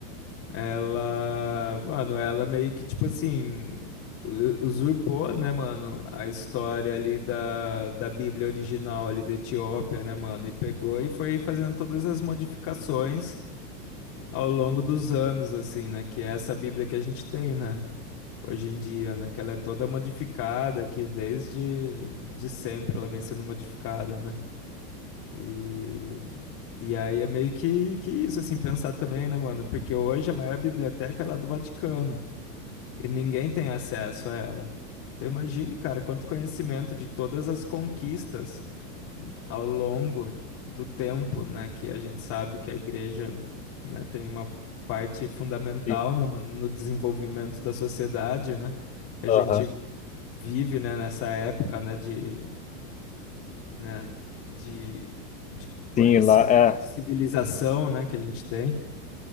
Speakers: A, on the left; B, on the left.
A: ela, mano, ela meio que, tipo assim, u- usurpou, né, mano, a história ali da, da Bíblia original ali da Etiópia, né, mano? E pegou e foi fazendo todas as modificações ao longo dos anos, assim, né? Que é essa Bíblia que a gente tem, né? hoje em dia, né? Que ela é toda modificada, que desde de sempre ela vem sendo modificada, né? E, e aí é meio que, que isso, assim, pensar também, né, mano? Porque hoje a maior biblioteca é lá do Vaticano e ninguém tem acesso a ela. Então imagine, cara, quanto conhecimento de todas as conquistas ao longo do tempo, né? Que a gente sabe que a igreja, né, tem uma parte fundamental,
B: Sim,
A: né, mano, no desenvolvimento da sociedade, né? que a
B: aham.
A: gente vive, né, nessa época, né, de, né, de, de conhecimento,
B: Sim, lá, é.
A: de civilização, né, que a gente tem.